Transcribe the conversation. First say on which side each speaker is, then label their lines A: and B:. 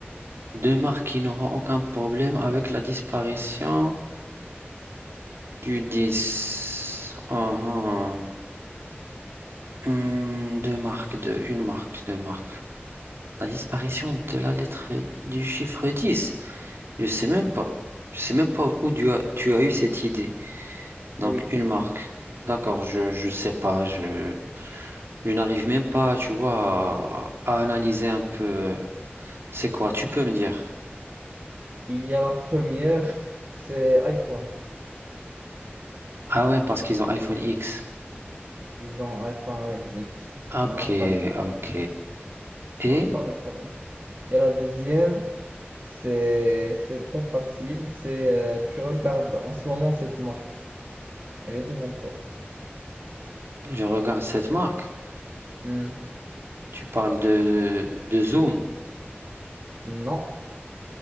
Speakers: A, on the right; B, on the right.
A: Deux marques qui n'auront aucun problème avec la disparition du 10. Uhum. Hmm, deux marques, deux, une marque, deux marques. La disparition de la lettre du chiffre dix Je sais même pas. Je sais même pas où tu as, tu as eu cette idée. Donc,
B: Oui,
A: une marque. D'accord, je, je sais pas. Je, je n'arrive même pas, tu vois, à, à analyser un peu. euh, C'est quoi? Tu peux me dire.
B: il y a la première, c'est iPhone.
A: Ah ouais, parce qu'ils ont iPhone X.
B: Ils ont iPhone X.
A: Ok,
B: Ils n'ont pas 10.
A: ok. Et
B: On n'a pas de problème. Et la deuxième, c'est c'est très facile. C'est euh, tu regardes en ce moment cette marque. Elle est devant toi.
A: je regarde cette marque.
B: Hmm,
A: Tu parles de, de Zoom,
B: Non.